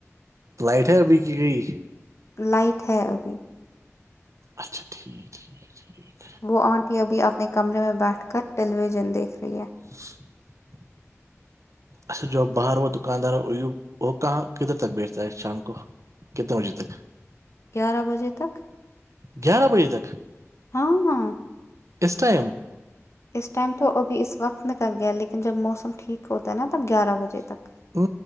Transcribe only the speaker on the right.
لائٹ ہے بھیکی کی
اچھا ٹھیک ٹھیک ٹھیک
<inaudible> اچھا جو باہر ہو دکاندار وہ کہاں کدھر تک بیچتا ہے شام کو کتنے بجے تک
گیارہ بجے تک
اسس ٹائم
ہ